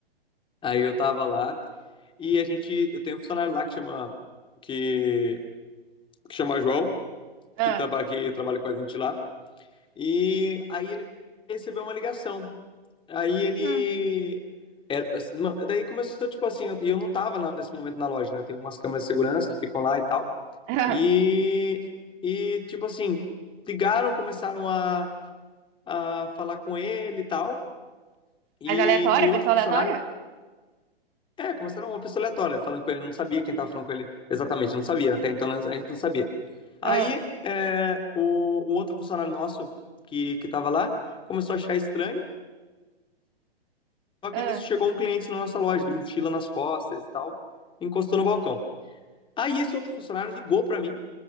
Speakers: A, on the left; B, on the right.
A: Aí eu tava lá e a gente, eu tenho um funcionário lá que chama que, que chama João,
B: ah,
A: que, tava, que trabalha com a gente lá. E aí ele recebeu uma ligação. Aí ele.
B: hum,
A: é, assim, ma- daí começou, tipo assim, eu, e eu não tava na- nesse momento na loja, né? Tem algumas câmeras de segurança que ficam lá e tal.
B: <laughs> ah.
A: E, e tipo assim, ligaram, começaram a, a falar com ele e tal. E,
B: Mas aleatória?
A: e o outro
B: Pessoa
A: funcionário,
B: aleatória?
A: é, começaram uma pessoa aleatória, falando com ele, não sabia quem tava falando com ele exatamente, não sabia, até então né, a gente não sabia. Aí
B: Ah,
A: é, o, o outro funcionário nosso que, que tava lá começou a achar estranho. Só que
B: ah,
A: nisso chegou um cliente na nossa loja, de mochila nas costas e tal, encostou no balcão. Aí esse outro funcionário ligou para mim